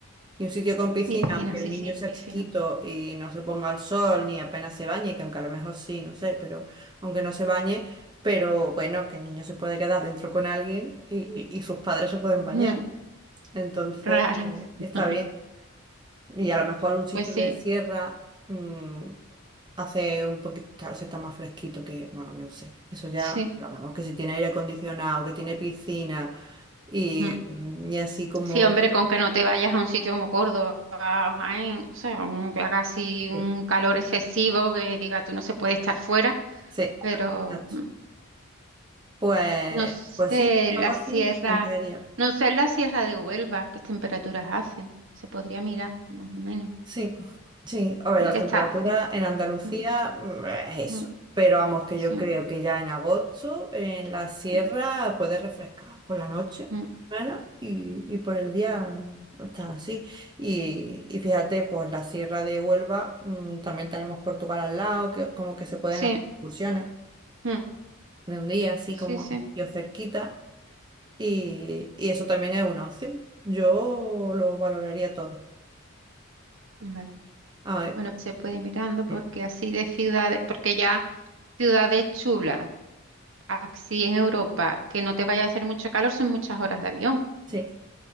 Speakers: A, on the right (about 20°); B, on the right (about 60°).
A: Y un sitio con piscina,
B: Y piscina,
A: aunque
B: sí,
A: el niño
B: sí,
A: sea
B: piscina.
A: chiquito y no se ponga al sol ni apenas se bañe, que aunque a lo mejor sí, no sé, pero aunque no se bañe, pero bueno, que el niño se puede quedar dentro con alguien y, y sus padres se pueden
B: Mm,
A: bañar. Entonces,
B: Rara.
A: eh, está
B: <laughs>
A: bien. Y
B: Sí,
A: a lo mejor un sitio
B: Pues sí,
A: de sierra mm, hace un poquito, está- se está más fresquito que, bueno, no sé. Eso ya,
B: sí.
A: pero vamos, que si tiene aire acondicionado, que tiene piscina y,
B: Mm.
A: mm, y así como...
B: Sí, hombre, con que no te vayas a un sitio como Córdoba o Jaén, o sea, un- que haga así un
A: Sí,
B: calor excesivo, que diga tú no se puede estar fuera,
A: sí,
B: pero
A: exacto.
B: mm,
A: Pues,
B: no sé
A: pues sí,
B: la
A: algo así
B: sierra,
A: me plantearía.
B: no sé la sierra de Huelva, qué temperaturas hace, se podría mirar más o menos,
A: Sí, sí. A ver, las
B: que
A: temperaturas
B: está cerca.
A: en Andalucía
B: Mm,
A: mm, es
B: mm,
A: eso. Pero vamos, que
B: Sí,
A: yo creo que ya en agosto en la sierra
B: mm,
A: puede refrescar por la noche,
B: mm,
A: bueno, y, y por el día mm, está así. Y, y fíjate, pues la sierra de Huelva, mm, también tenemos Portugal al lado, que como que se pueden
B: sí.
A: hacer excursiones
B: mm.
A: de un día, así
B: Sí,
A: como
B: sí,
A: yo cerquita. Y, y eso también es una opción. Yo lo valoraría todo.
B: vale.
A: A ver.
B: Bueno, se puede ir mirando porque
A: mm,
B: así de ciudades, porque ya ciudades chulas, así en Europa, que no te vaya a hacer mucho calor, son muchas horas de avión.
A: Sí.